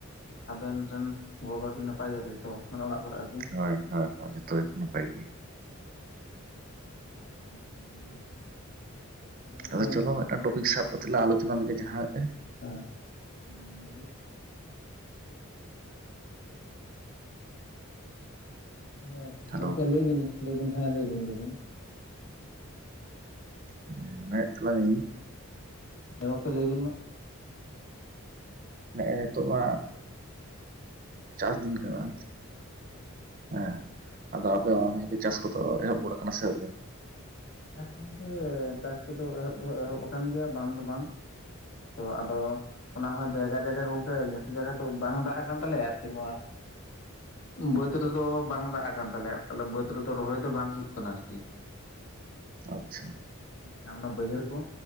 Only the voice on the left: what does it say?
ᱟᱵᱮᱱ ᱨᱮᱱ ᱜᱚ ᱵᱟᱵᱟ ᱠᱤᱱ ᱱᱟᱯᱟᱭ ᱜᱮᱭᱟ ᱡᱚᱛᱚ ᱢᱟᱱᱮ ᱚᱲᱟᱜ ᱠᱚᱨᱮ ᱟᱨᱠᱤ
<inaudible> ᱛᱟᱦᱚᱞᱮ
ᱜᱚᱝᱠᱮ
ᱦᱮᱸ <unintelligible> ᱦᱮᱸ
ᱜᱚᱝᱠᱮ ᱞᱟᱹᱭ ᱵᱤᱱ ᱞᱟᱹᱭ ᱵᱤᱱ ᱦᱮᱸ ᱞᱟᱹᱭ ᱵᱤᱱ ᱜᱮᱵᱤᱱ
ᱦᱮᱸ ᱜᱚᱝᱠᱮ ᱞᱟᱹᱭ ᱵᱤᱱ ᱢᱟ
ᱦᱮᱸ
ᱪᱟᱥ ᱜᱚᱢᱠᱮ ᱪᱟᱥ ᱠᱚᱫᱚ ᱮᱦᱚᱵ ᱫᱚ ᱮᱦᱚᱵ ᱠᱟᱱ ᱜᱮᱭᱟ ᱵᱟᱝ ᱫᱚ ᱵᱟᱝ ᱛᱚ ᱟᱫᱚ ᱚᱱᱟ ᱦᱚᱸᱚᱸ ᱡᱟᱭᱜᱟ ᱡᱟᱭᱜᱟ ᱜᱚᱝᱠᱮ, ᱡᱚᱛᱚ ᱡᱟᱭᱜᱟ ᱛᱚ ᱵᱟᱝ ᱫᱟᱜ ᱟᱠᱟᱱ ᱛᱟᱞᱮᱭᱟ᱾ ᱟᱨᱠᱤ ᱱᱚᱣᱟ ᱵᱟᱹᱫ ᱨᱮᱫᱚ ᱵᱟᱝ ᱫᱟᱜ ᱟᱠᱟᱱ ᱛᱟᱞᱮᱭᱟ ᱛᱟᱦᱞᱮ ᱵᱟᱹᱫᱽ ᱨᱮᱫᱚ ᱨᱚᱦᱚᱭ ᱫᱚ ᱵᱟᱝ ᱦᱩᱭᱩᱜ ᱠᱟᱱᱟ, ᱟᱨᱠᱤ᱾
ᱡᱟᱦᱟᱸ ᱚᱱᱟ ᱵᱟᱹᱭᱦᱟᱹᱲ ᱠᱚ,